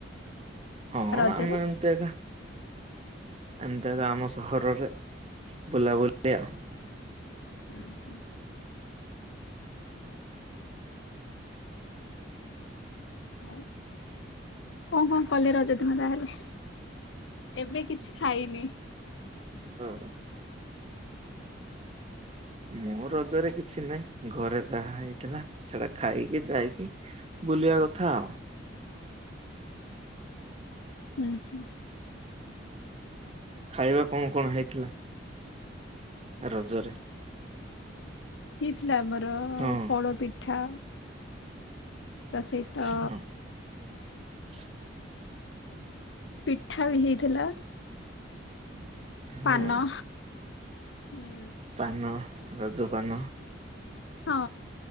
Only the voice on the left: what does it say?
ରଜରେ?
ଉଁ ହୁଁ। ଆଉ କଣ କଣ କଲେ ରଜ ଦିନ ତାହେଲେ? ଏବେ କିଛି ଖାଇନି।
ଉଁ ହୁଁ।
ହେଇ ଥିଲା ଆମର
ପୋଡ ପିଠା। ତ ସେ ଇତ
ପିଠା ବି ହେଇଥିଲା।
ପାନ। ହୁଁ।
ହଁ